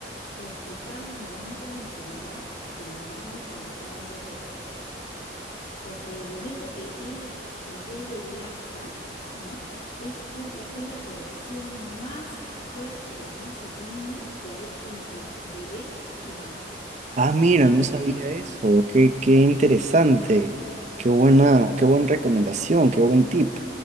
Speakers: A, on the left (about 50°); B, on the right (about 40°).
A: respetar los momentos de intimidad de la mami cuando está dando de lactar, porque el momento que él, el bebé lacta, ¿no? Es, u- la, es la conexión más fuerte y más sublime que hay entre bebé y mamá.
B: Ah,
A: Y
B: mira,
A: si tú puedes,
B: no sabía eso. Qué, qué interesante. Qué buena, qué buena recomendación, qué buen tip.